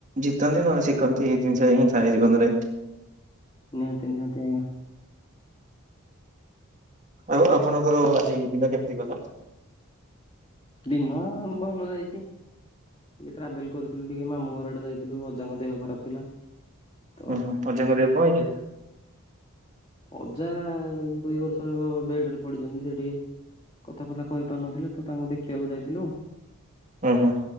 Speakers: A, on the right; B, on the left.
A: ଜିତନ୍ତି ନହେଲେ ଶିଖନ୍ତି ଏଇ ଜିନିଷ ହିଁ ଥାଏ ଜୀବନରେ।
B: ନିହାତି, ନିହାତି ଆଜ୍ଞା।
A: ଆଉ ଆପଣଙ୍କର ଆଜି ଦିନ କେମିତି ଗଲା?
B: ଦିନ ଭଲ ଯାଇଚି। ଟିକେ ଟ୍ରାଭେଲ୍ କରିଥିଲୁ ଟିକେ ମାମୁଁ ଘରଆଡ଼େ ଯାଇଥିଲୁ ଅଜାଙ୍କ ଦେହ ଖରାପ ଥିଲା। ତ
A: ଓହୋ ଅଜାଙ୍କ ଦେହ କଣ ହେଇଚି?
B: ଅଜା ଦୁଇ ବର୍ଷ ହେବ ବେଡ଼ରେ ପଡ଼ିଚନ୍ତି ସେ ଟିକେ କଥାବାର୍ତ୍ତା କହିପାରୁନଥିଲେ ତ ତାଙ୍କୁ ଦେଖିବାକୁ ଯାଇଥିଲୁ।
A: ଓହୋ।